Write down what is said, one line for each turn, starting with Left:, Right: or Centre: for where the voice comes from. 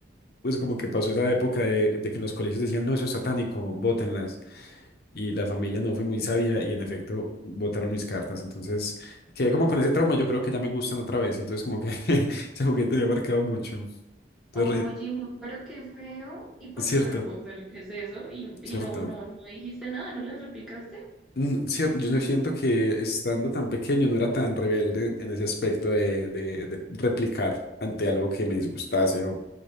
Left: pues como que pasó esa época de, de que en los colegios decían, no, eso es satánico, bótenlas. Y la familia no fue muy sabia y en efecto botaron mis cartas. Entonces quedé como con ese trauma, yo creo que ya me gustan otra vez. Entonces como que <laughs> ese juguete me ha marcado mucho. Entonces,
Centre: Oye,
Left: re-
Centre: no, pero qué feo, ¿y por
Left: cierto,
Centre: qué? Pero, pero ¿qué es eso? Y, y
Left: cierto.
Centre: no, no, no dijiste nada, ¿no le replicaste?
Left: Mm, cier- yo no siento que estando tan pequeño no era tan rebelde en ese aspecto de, de de replicar ante algo que me disgustase o